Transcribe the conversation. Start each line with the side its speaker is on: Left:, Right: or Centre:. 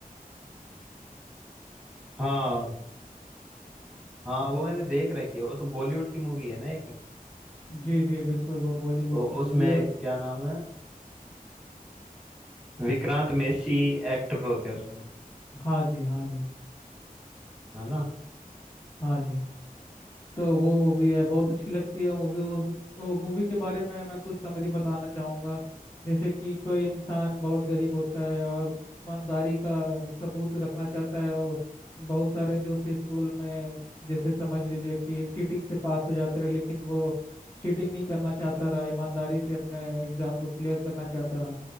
Centre: हाँ हाँ वो मैंने देख रखी है वो तो बॉलीवुड की मूवी है ना एक
Left: जी जी बिल्कुल वो बॉलीवुड
Centre: वो
Left: की मूवी
Centre: उसमें
Left: है। और
Centre: क्या नाम है विक्रांत मेसी एक्टर होते हैं उसमें
Left: हाँ जी हाँ जी
Centre: है ना
Left: हाँ जी तो वो मूवी है बहुत अच्छी लगती है मूवी वो मूवी के बारे में मैं कुछ समरी बताना चाहूँगा जैसे कि कोई इंसान बहुत गरीब होता है और ईमानदारी का सबूत रखना चाहता है वो बहुत सारे जो उसके स्कूल में जैसे समझ लीजिए कि चीटिंग से पास हो जाते रहे लेकिन वो चीटिंग नहीं करना चाहता रहा ईमानदारी से अपने एग्जाम को क्लियर करना चाहता रहा